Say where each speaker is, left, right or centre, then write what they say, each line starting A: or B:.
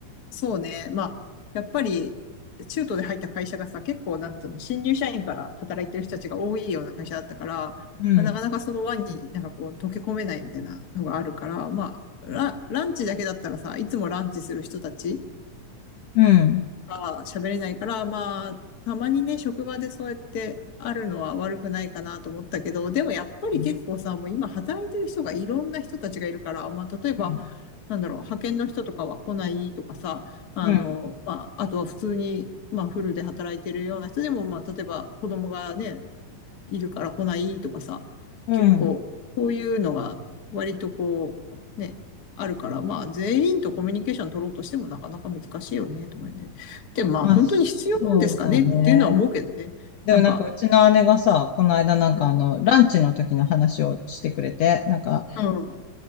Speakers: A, on the left (about 35°); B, on the left (about 65°).
A: そうね。まあやっぱり中途で入った会社がさ結構なんていうの新入社員から働いてる人たちが多いような会社だったから、
B: うん。
A: まあ、なかなかその輪になんかこう溶け込めないみたいなのがあるから、まあラ、ランチだけだったらさ、いつもランチする人たち
B: うん。
A: か喋れないから、まあ、たまにね、職場でそうやってあるのは悪くないかなと思ったけど、でもやっぱり結構さ、
B: う
A: もう今働いてる人がいろんな人たちがいるから、まあ、例えば、
B: ん。
A: なんだろう、派遣の人とかは来ないとかさ、あの、
B: うん。
A: まあ、あとは普通に、まあ、フルで働いてるような人でも、まあ、例えば子供がね、いるから来ないとかさ、
B: うん。
A: 結構こういうのが割とこう、ね、あるから、まあ全員とコミュニケーション取ろうとしてもなかなか難しいよね、と思うよね。でもまあ本当に必要なんですかねっていうのは思うけどね。
B: あ、そうだね。でもなんかうちの姉がさ、
A: なんか、
B: この間なんかあの、
A: うん、
B: ランチの時の話をしてくれて、なんか、
A: うん、